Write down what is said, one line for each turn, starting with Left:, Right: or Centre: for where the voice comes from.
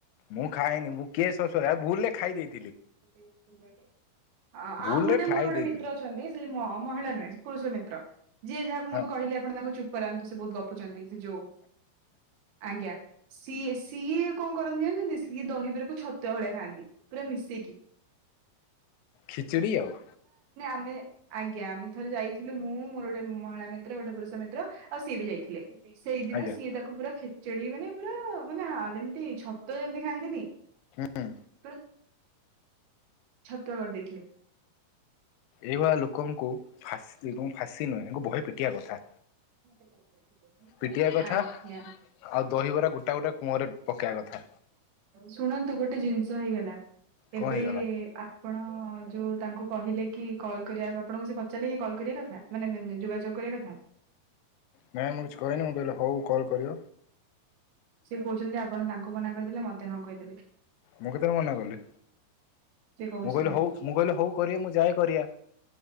Left: ମୁଁ ଖାଇନି, ମୁଁ କିଏ ଶଶୁର ଭୁଲ ରେ ଖାଇ ଦେଇ
Right: <inaudible> ଅ
Left: ଭୁଲରେ
Right: ଆଉ ଗୋଟେ
Left: ଖାଇ
Right: ମୋର ଗୋଟେ
Left: ଦେଇଥିଲି
Right: ମିତ୍ର ଅଛନ୍ତି, ସେ ମହିଳା ନୁହେଁ ସେ ପୁରୁଷ ମିତ୍ର ଯିଏ ଯାହାକୁ
Left: ହଁ
Right: ମୁଁ ବି କହିଲି ଆପଣ ତାଙ୍କୁ ଚୁପ୍ କରାନ୍ତୁ ସେ ବହୁତ ଗପୁଛନ୍ତି ସେ ଯୋଉ- ଆଜ୍ଞା, ସିଏ ସିଏ କଣ କରନ୍ତି, ଜାଛନ୍ତି ସିଏ ଦହିବିରକୁ ଛତୁଆ ଭଳିଆ ଖାଆନ୍ତି ପୁରା ମିଶେଇକି।
Left: ଖିଚିଡ଼ି ଆଉ।
Right: ମେଁ ଆଜ୍ଞା, ଆମେ ଥରେ ଯାଇ ଥିଲୁ ମୁଁ ମୋର ଗୋଟେ ମହିଳା ମିତ୍ର ଗୋଟେ ପୁରୁଷ ମିତ୍ର, ଆଉ ସିଏ ବି ଯାଇଥିଲେ। ସେଇଦିନ
Left: ଆଜ୍ଞା
Right: ସିଏ ତାକୁ ପୁରା ଖି ଚେଡି ମାନେ ପୁରା ମାନେ ଯେମିତି ଛତୁଆ ଯେମିତି ଖାଆନ୍ତିନି,
Left: ହୁଁ
Right: ପ ଛତୁଆ କରିଦେଇଥିଲେ।
Left: ଏଇଭଳିଆ ଲୋକଙ୍କୁ ଫାଶୀ ଫାଶୀ ନୁହେଁ, ୟାଙ୍କୁ ବହେ ପିଟିଆ କଥା।
Right: <inaudible>
Left: ପିଟିବା କଥା
Right: ଆଜ୍ଞା।
Left: ଆଉ ଦହିବରା ଗୋଟା ଗୋଟା କୁଅଁରେ ପକେଇବା କଥା
Right: ଶୁଣନ୍ତୁ ଗୋଟେ ଜିନିଷ ହେଇଗଲା
Left: କଣ
Right: ଏବେ
Left: ହେଇଗଲା
Right: ଆପଣ ଯୋଉ ତାଙ୍କୁ କହିଲେ କି କଲ୍ କରିବା ଆପଣଙ୍କୁ ସେ ପଚାରିଲେ କି କଲ୍ କରିବା କଥା ମାନେ ଯୋଗାଯୋଗ କରିବା କଥା <inaudible>
Left: ନାଇଁ ମୁଁ କିଛି କହିନି ମୁଁ କହିଲି ହଉ କଲ୍ କରିବ
Right: ସେ କହୁଛନ୍ତି, ଯେ ଆପଣ ତାଙ୍କୁ ମନା କରିଦେଲେ ମତେ ହଁ କହିଦେଲେ।
Left: ମୁଁ କେତେବେଳେ ମନା କଲି।
Right: ସିଏ କହୁଛି
Left: ମୁଁ କହିଲି
Right: ସେ
Left: ହଉ, ମୁଁ କହିଲି ହଉ କରିବା ମୁଁ ଯାଏଁ କରିବା